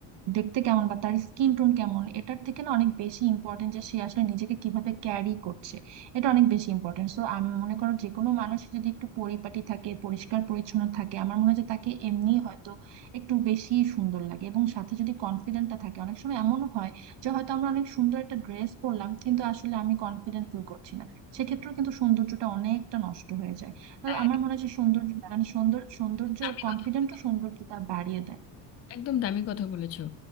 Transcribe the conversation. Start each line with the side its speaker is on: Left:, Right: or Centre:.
Right: দেখতে কেমন বা তার স্কিন টোন কেমন এটার থেকে না অনেক বেশি ইম্পর্টেন্ট যে সে আসলে নিজেকে কিভাবে ক্যারি করছে এটা অনেক বেশি ইম্পর্টেন্ট সো আমি মনে করো যে কোনো মানুষ যদি একটু পরিপাটি থাকে পরিষ্কার পরিচ্ছন্ন থাকে আমার মনে হয় যে তাকে এমনি হয়তো একটু বেশি সুন্দর লাগে এবং সাথে যদি কনফিডেন্টটা থাকে অনেক সময় এমনও হয় যে হয়তো আমরা অনেক সুন্দর একটা ড্রেস পরলাম কিন্তু আসলে আমি কনফিডেন্ট ফিল করছি না সেক্ষেত্রেও কিন্তু সৌন্দর্যটা অনেকটা নষ্ট হয়ে যায় তো
Left: হ্যাঁ,
Right: আমার
Left: একটা
Right: মনে হয় যে সৌন্দর্য মানে সৌন্দর সৌন্দর্য
Left: আপনি দারুণ
Right: কনফিডেন্ট
Left: কথা বলেছেন
Right: সৌন্দর্যটা বাড়িয়ে দেয়
Left: একদম দামি কথা বলেছো